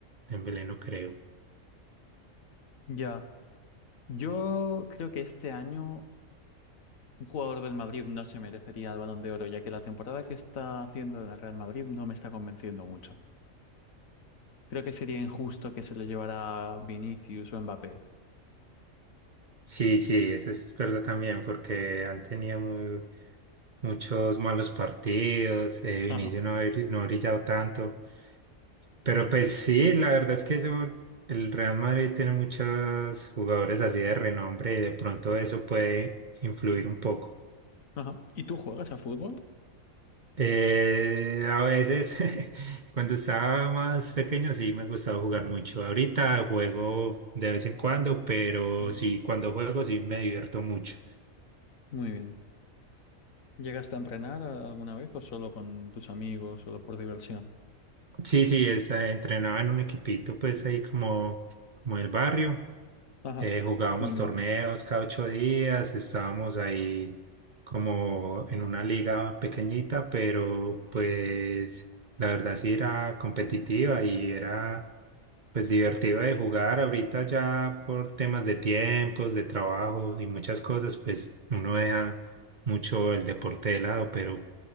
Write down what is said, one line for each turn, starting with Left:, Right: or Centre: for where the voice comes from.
Right: Dembélé no creo.
Left: Ya. Yo creo que este año un jugador del Madrid no se merecería el Balón de Oro, ya que la temporada que está haciendo el Real Madrid no me está convenciendo mucho. Creo que sería injusto que se lo llevara Vinicius o Mbappé.
Right: Sí, sí, eso sí es verdad también, porque han tenido muy, muchos malos partidos, eh, Vinicius
Left: Ajá,
Right: no ha bri- no ha brillado tanto. Pero pues sí, la verdad es que eso, el Real Madrid tiene muchos jugadores así de renombre y de pronto eso puede influir un poco.
Left: ajá. ¿Y tú juegas a fútbol?
Right: Eh, a veces, <laughs> cuando estaba más pequeño, sí me gustaba jugar mucho. Ahorita juego de vez en cuando, pero
Left: Ajá,
Right: sí, cuando juego sí me divierto mucho.
Left: muy bien. ¿Llegaste a entrenar a- alguna vez o solo con tus amigos, solo por diversión?
Right: Sí, sí, es- eh, entrenaba en un equipito pues ahí como, como el barrio.
Left: Ajá,
Right: Eh, jugábamos
Left: muy bien.
Right: torneos cada ocho días, estábamos ahí como en una liga pequeñita, pero pues la verdad sí era competitiva y era pues divertido de jugar. Ahorita ya por temas de tiempos, de trabajo y muchas cosas, pues uno deja mucho el deporte de lado, pero